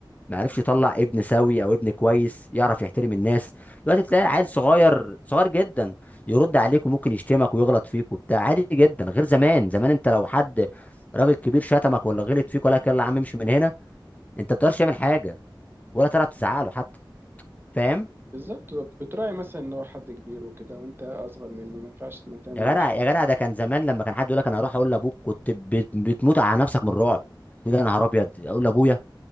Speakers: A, on the left; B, on the right.
A: ما عرفش
B: بالظبط
A: يطلع ابن سوي او ابن كويس يعرف يحترم الناس دلوقتي تلاقي عيل صغير صغير جدا يرد عليك وممكن يشتمك ويغلط فيك وبتاع عادي جدا غير زمان زمان انت لو حد راجل كبير شتمك ولا غلط فيك ولا لك يلا يا عم امشي من هنا انت ما بتقدرش تعمل حاجه ولا تعرف تزعله حتى فاهم
B: بالظبط بتراعي مثلا ان هو حد كبير وكده وانت اصغر منه ما ينفعش تعمل
A: يا
B: معاه مشكله
A: جدع يا جدع ده كان زمان لما كان حد يقول لك انا هروح اقول لابوك كنت بت- بتموت على نفسك من الرعب تقول يا نهار ابيض اقول لابويا